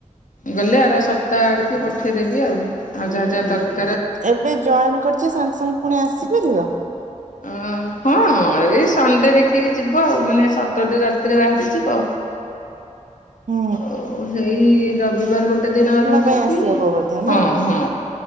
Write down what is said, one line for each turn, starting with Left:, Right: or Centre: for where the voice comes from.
Left: ଗଲେ ଆର ସପ୍ତାହ ଆଡ଼ିକି ପଠେଇଦେବି ଆଉ ଆଉ ଯାହା ଯାହା ଦରକ
Right: ଏବେ ଜଏନ କରିଛି ସାଙ୍ଗେ ସାଙ୍ଗେ ପୁଣି ଆସିପାରିବ।
Left: ଓ ହଁ ଏଇ ସଣ୍ଡେ ଦେଖିକି ଯିବ ଆଉ ମାନେ ସଟରଡେ ରାତିରେ ବାହାରିଯିବ।
Right: ହୁଁ।
Left: ଓ-ଓ-ଓ ସେଇ ରବିବାର ଗୋଟେ ଦିନ ରହିକି
Right: ପାଇଁ ଆସିହବ ବୋଧେ ନା?
Left: ହଁ ହଁ।